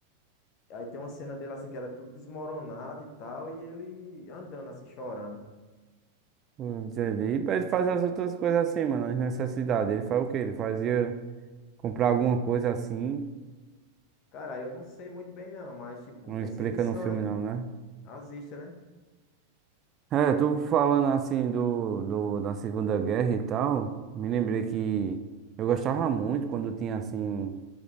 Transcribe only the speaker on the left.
Aí tem uma cena dele, assim, que era tudo desmoronado e tal, e ele andando, assim, chorando.
Cara, eu não sei muito bem, não, mas, tipo,
perseguição,
né?
Nazista, né?